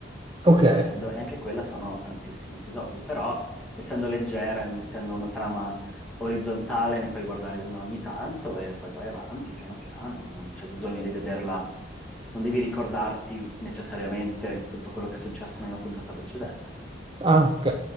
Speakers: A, on the right; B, in the centre.
A: Ok.
B: volendo, e anche quella sono tantissimi episodi, però essendo leggera, essendo una trama orizzontale, ne puoi guardare una ogni tanto e poi vai avanti piano piano, non c'è bisogno di vederla, non devi ricordarti necessariamente tutto quello che è successo nella puntata precedente.
A: Ah, ok.